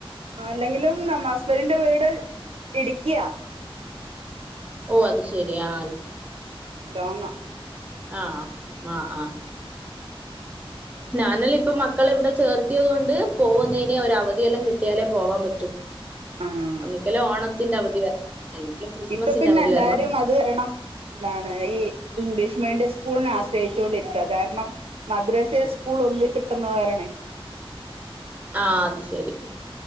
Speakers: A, on the right; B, on the right.
A: അല്ലെങ്കിലും നമ്മ ഹസ്ബൻറിിന്റെ വീട് ഇടുക്കിയാ
B: ഓ അത് ശരി ആ....
A: ലോങ്ങ
B: ആഹ ആഹ ആഹ ഞാനല്ല ഇപ്പ മക്കള ഇവിടെ ചേർത്തിയത് കൊണ്ട് പോകുന്നതിന് ഒരു അവധിയെല്ലാം കിട്ടിയാലേ പോവാൻ പറ്റും
A: ആഹ്
B: ഒന്നിക്കല ഓണത്തിന്റെ അവധി വരണം അല്ലെങ്കിൽ ക്രിസ്മസിന്റെ
A: ഇപ്പൊ പിന്നെ
B: അവധി
A: എല്ലാരും
B: വരണം
A: അത് വരണം എന്താണ് ഈ ഇംഗ്ലീഷ് മീഡിയം സ്കൂളിനെ ആശ്രയിച്ചു കൊണ്ടിരിക്കുക കാരണം മദ്രസെ സ്കൂൾ ഒന്ന് കിട്ടുന്നവാരണേ
B: ആഹ അത് ശരി